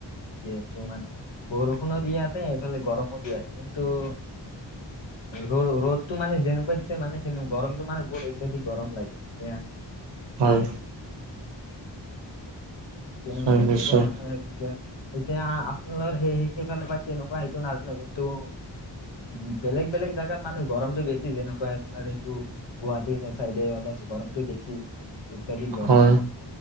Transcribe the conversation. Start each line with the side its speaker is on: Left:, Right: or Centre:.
Left: যিহেতু মানে বৰষুণো দি আছে এইফালে গৰমো দি আছে কিন্তু ৰ' ৰ'দটো মানে যেনেকুৱা দিছে মানে সেনে গৰমটো মানে বহুত ইত্যাধিক গৰম লাগে এতিয়া
Right: হয় নিশ্চয়
Left: তে তেনেকুৱা
Right: নিশ্চয়
Left: মানে আৰু এতিয়া এতিয়া আপোনালৰ সেই সেইফালে বা তেনেকুৱা সেইটো নাজানো কিন্তু বেলেগ বেলেগ জা তাত মানে গৰমটো বেছি যেনেকুৱা <unintelligible> এইটো গুৱাহাটী চাইডে অলপ গৰমতটো বেছি অত্যাধিক গৰম
Right: হয়